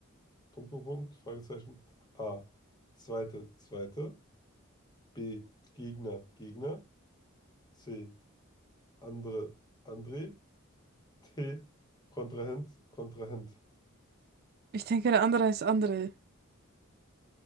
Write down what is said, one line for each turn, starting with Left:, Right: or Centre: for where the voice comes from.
Left: Punkt, Punkt, Punkt, Fragezeichen A. Zweite, zweite. B. Gegner, Gegner. C. Andre, André. D. Kontrahent, Kontrahent.
Right: Ich denke, der andere heißt André.